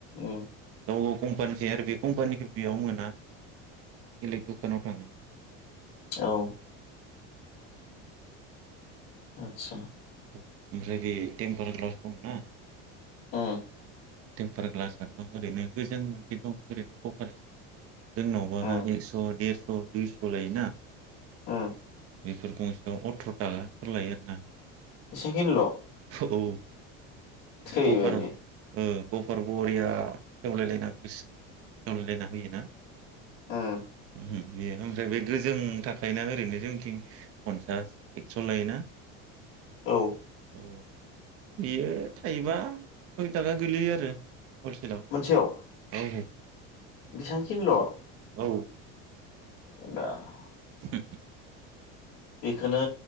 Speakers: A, on the left; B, on the right.
A: उम
B: गाव गाव कम्पानि <unintelligible> आरो बे कम्पानिखो बेयाव मोना इलेक द'कानाव थांनां
A: औ आतसा
B: ओमफ्राय बे टेम्पार ग्लास दं ना?
A: उम
B: टेम्पार ग्लास आथ' ओरैनो गोजों मोनसे दं ओरैनो जोंनावबा
A: उम
B: एकस' देरस' दुइस' लायोना
A: उम
B: बेफोर गंसेयाव अथ्र'थाखा फोर लायो आरोना।
A: एसांखिनिल'
B: औ
A: थैबायलै
B: कभार ओ गफार बरिया खेवलायलायना खेवलायलायना होयो ना
A: उम
B: ओम बेयो होमफ्राय बे गोजों थाखायोना ओरैनो जोंथिं पनसास एक्स' लायोना
A: औ
B: ओ इयो थायबा सम थाखा गोलैयो आरो। हलसेलाव
A: मोनसेयाव
B: औ
A: बेसांखिनिल'
B: औ
A: <unintelligible>
B: होम
A: बेखोनो